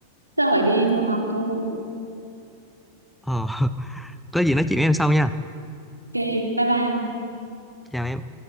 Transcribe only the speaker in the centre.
ờ, <laughs> có gì nói chuyện với em sau nha
chào em